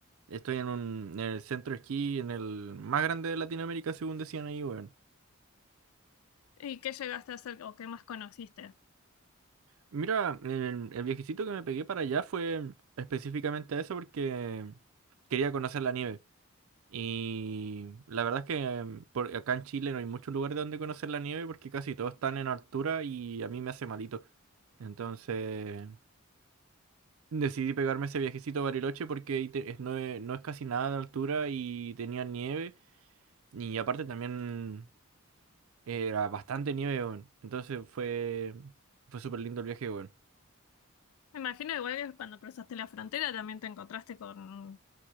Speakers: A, on the right; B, on the left.
A: Estoy en, un, en el centro de esquí, en el más grande de Latinoamérica, según decían ahí, weón.
B: y qué llegaste a hacer o qué más conociste?
A: Mira, el, el viajecito que me pegué para allá fue específicamente a eso porque quería conocer la nieve. Y la verdad es que por, acá en Chile no hay muchos lugares donde conocer la nieve porque casi todos están en altura y a mí me hace malito. Entonces... Decidí pegarme ese viajecito a Bariloche porque ahí te- es- no, es, no es casi nada de altura y tenía nieve. Y aparte también era bastante nieve, weón. Entonces fue, fue súper lindo el viaje, weón.
B: Me imagino igual que cuando cruzaste la frontera también te encontraste con